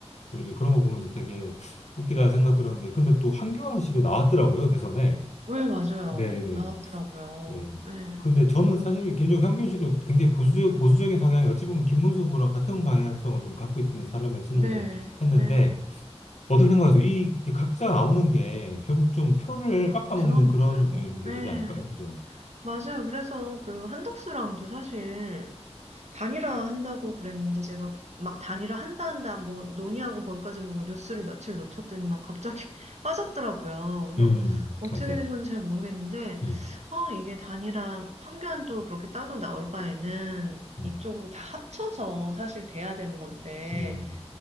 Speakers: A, on the left (about 80°); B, on the right (about 80°).
A: 좀 이제 그런 거 보면서
B: 음.
A: 되게 웃기다 생각 들었는데 근데 또 한교안 씨도 나왔더라고요, 대선에.
B: 왜, 맞아요.
A: 네네.
B: 나왔더라고요.
A: 예.
B: 네,
A: 근데 저는 사실 개인적으로 현균 씨도 굉장히 보수, 보수적인 성향이 어찌 보면 김문수 부랑 같은 방향성을 좀 갖고 있는 사람이라고 생각을
B: 네,
A: 했는데,
B: 네.
A: 어떻게 생각세요 이 각자 나오는 게 결국 좀 표를 깎아먹는
B: 그러니까요.
A: 그런 예, 게
B: 네,
A: 되지 않을까요? 그죠?
B: 맞아요. 그래서 그 한덕수랑도 사실 단일화 한다고 그랬는데 제가 막 단일화 한다 한다 뭐 논의하고 거기까지 뭐 뉴스를 며칠 놓쳤더니만 갑자기 <laughs> 빠졌더라고요. 그래서
A: 음,
B: 어떻게
A: 맞아요.
B: 된 건지 잘 모르겠는데
A: 음,
B: 아 이게 단일화 황교안도 그렇게 따로 나올 바에는
A: 음,
B: 이쪽으로 다 합쳐서 사실 돼야 되는 건데
A: 음.